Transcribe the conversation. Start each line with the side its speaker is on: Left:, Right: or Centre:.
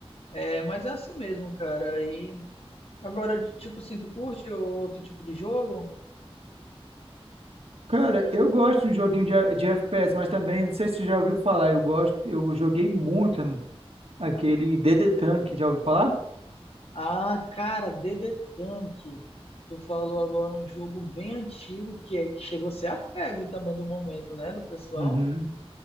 Left: é, mas é assim mesmo, cara. E agora, tipo assim, tu curte outro tipo de jogo?
Right: Cara, eu gosto de um joguinho de, A- de FPS, mas também, não sei se você já ouviu falar, eu gosto, eu joguei muito aquele DD Tank, já ouviu falar?
Left: Ah, cara, DD Tank. Tu falou agora um jogo bem antigo que, é, que chegou a ser a febre também do momento, né, do pessoal?
Right: Uhum.